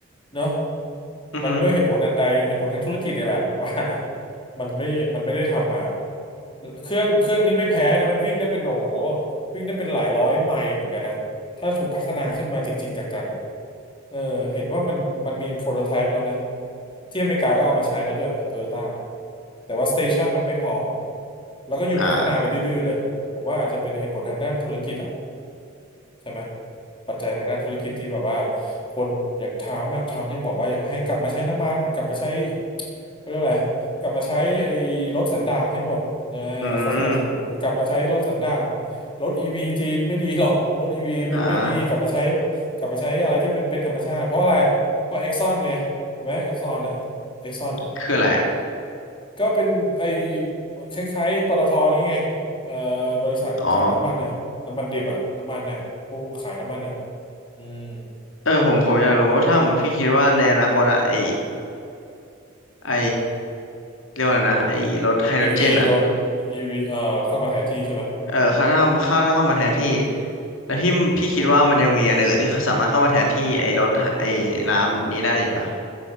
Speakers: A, on the left; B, on the left.
A: เนาะ
B: อือฮึ
A: มันด้วยเหตุผลอันใดเหตุผลทางธุรกิจเนี่ยแหละผมว่านะมันไม่มันไม่ได้ทำมาเครื่องเครื่องนี้ไม่แพ้นะมันวิ่งได้เป็นโอ้โหวิ่งได้เป็นหลายร้อยไมล์เหมือนกันนะถ้าถูกพัฒนาขึ้นมาจริงๆจังๆอะ เออเห็นว่ามันมันมีโปรโตไทป์แล้วนะที่อเมริกาก็เอามาใช้แล้วด้วยโตโยต้าแต่ว่าสเตชันมันไม่พอแล้วก็หยุดพัฒนาไปดื้อๆเลยผมว่าอาจจะเป็นเหตุผลทางด้านธุรกิจอะ
B: อ่า
A: ใช่ไหมปัจจัยทางด้านธุรกิจที่แบบว่าคนอย่างทรัมป์อะทรัมป์ยังบอกว่ายังให้กลับมาใช้น้ำมันกลับมาใช้เขาเรียกว่าอะไรกลับมาใช้ไอ้รถสันดาปให้หมดเออเขาสนับสนุนกลับมาใช้รถสันดา
B: อืม
A: ปรถอีวีจีนไม่ดีหรอกรถอีวีมันไม่ดีกลับมาใช้
B: อ่า
A: กลับมาใช้อะไรที่เป็นเป็นธรรมชาติเพราะอะไรเพราะเอ็กซอนไงถูกไหมเอ็กซอนอ่ะเอ็กซอนอ่ะ
B: คืออะไรอ่ะ
A: ก็เป็นไอ้คล้ายๆปตทอย่างงี้ไงเอ่อบริษัทกลั่นน้ำมันอ่ะน้ำมันดิบอ่ะน้ำมันอ่ะผู้ขายน้ำมันอ่ะ
B: อ๋อ
A: อืม
B: เออผมผมอยากรู้ว่าถ้าสมมติพี่คิดว่าในอนาคตอะไอไอเรียกว่าอะไรนะไอรถไฮโดรเจนอะ
A: อีวีโดนอีวีเอ่อเข้ามาแทนที่ใช่ไหมอืม
B: เออถ้าถ้าถ้าถ้าเข้ามาแทนที่แล้วพี่พี่คิดว่ามันยังมีอันอื่นที่เขาสามารถเข้ามาแทนที่ไอรถไอน้ำนี้ได้อีกปะ